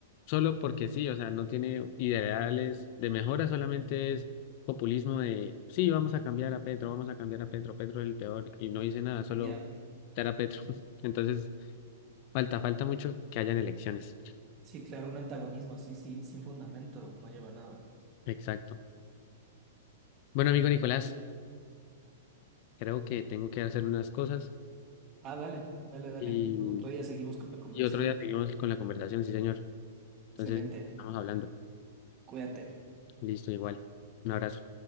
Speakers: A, on the left (about 40°); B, on the right (about 25°).
A: solo porque sí, o sea, no tiene ideales de mejora, solamente es populismo de, sí, vamos a cambiar a Petro, vamos a cambiar a Petro, Petro es el peor y no dice nada, solo
B: ya.
A: dar a Petro. <laughs> Entonces, falta, falta mucho que hayan elecciones.
B: Sí, claro, un antagonismo así sin, sin fundamento no lleva a nada.
A: Exacto. Bueno, amigo Nicolás, creo que tengo que hacer unas cosas
B: Ah, dale, dale, dale.
A: y,
B: Pues otro día seguimos con la conversación.
A: y otro día seguimos con la conversación, sí, señor. Entonces,
B: Excelente,
A: estamos hablando.
B: cuídate.
A: Listo, igual. Un abrazo.